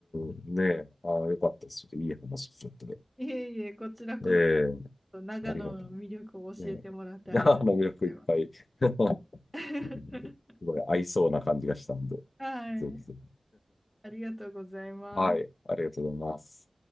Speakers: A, on the left; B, in the centre.
A: ん、ねえ、ああ、よかったです。ちょっといい話聞けて。
B: いえいえ、こちらこそ、
A: ええ
B: 長野の魅力を教えてもらってありがとうございます。
A: ありがとう。ねえ、<laughs> あの魅力いっぱい。<laughs> なるほ
B: <laughs>
A: どすごい合いそうな感じがしたんで、
B: はい、
A: ぜひぜひ。
B: ありがとうございます。
A: はい、ありがとうございます。